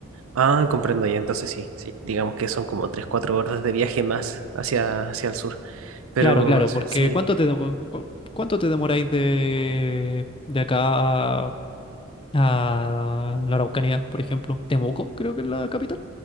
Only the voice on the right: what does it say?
ah, comprendo ya, entonces sí, sí, digamos que son como tres cuatro horas de viaje más hacia, hacia el sur, pero
sí.